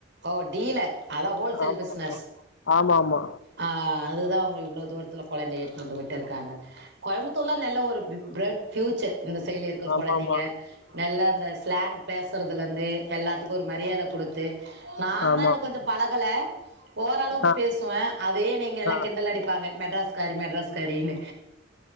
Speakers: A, on the right; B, on the left.
A: ஓ டீலர் அதா ஹோல்சேல்
B: ஆமா
A: பிஷ்னஸ்
B: ஆமா ஆமா
A: ஆ அதுதா அவங்க இவ்ளோ தூரத்துல கொழந்தைய எடுதுன் வந்து விட்டு இருக்காங்க கோயம்புத்தூர்லாம் நல்ல ஒரு பிப் ப்ரைட் ஃப்யூச்சர் இந்த சைடுல இருக்க
B: ஆமா
A: கொழந்தைங்க நல்லா அந்த ஸ்லாங் பேசுகறதுலேந்து எல்லாத்துக்கும் ஒரு மரியாத குடுத்து நா
B: ஆமா
A: தான் இன்னும்
B: ஆமா ஆமா
A: கொஞ்சம் பழகல ஓரளவுக்கு
B: ஆ
A: பேசுவேன் அதயே நீங்க எல்லாம்
B: ஆ
A: கிண்டல் அடிப்பாங்க மெட்ராஸ் காரி மெட்ராஸ் காரின்னு